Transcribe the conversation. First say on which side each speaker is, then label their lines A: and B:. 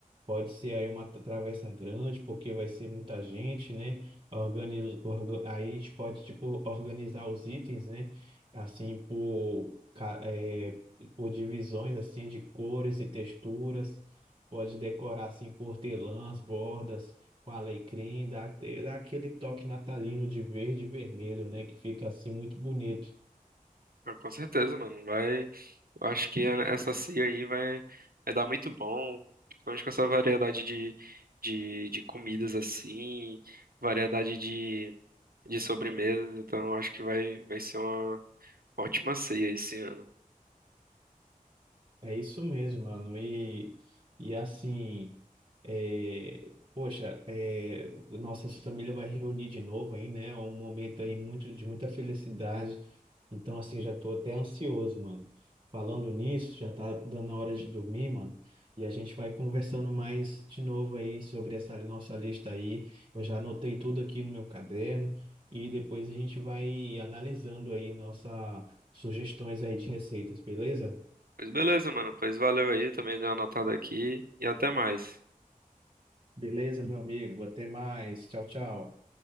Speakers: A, on the right; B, on the right.
A: Pode ser aí uma tra- travessa grande, porque vai ser muita gente, né? Organiz... orga- Aí a gente pode, tipo, organizar os itens, né? Assim, por, ca- é por divisões, assim, de cores e texturas. Pode decorar, assim, com hortelãs, bordas, com alecrim, dá, dá aquele toque natalino de verde e vermelho, né? Que fica, assim, muito bonito.
B: Mas com certeza, mano. Vai. Eu acho que é, essa ceia aí vai, vai dar muito bom, principalmente com essa variedade de, de, de comidas assim, variedade de, de sobremesas, então eu acho que vai, vai ser uma ótima ceia esse ano.
A: É isso mesmo, mano. E, e assim, é, poxa, é, nossa família vai reunir de novo aí, né? É um momento aí muito, de muita felicidade. Então, assim, já tô até ansioso, mano. Falando nisso, já tá dando a hora de dormir, mano. E a gente vai conversando mais de novo aí sobre essa nossa lista aí. Eu já anotei tudo aqui no meu caderno. E depois a gente vai analisando aí nossas sugestões aí de receitas, beleza?
B: Pois beleza, mano, pois valeu aí, também dei uma anotada aqui e até mais.
A: Beleza, meu amigo. Até mais. Tchau, tchau.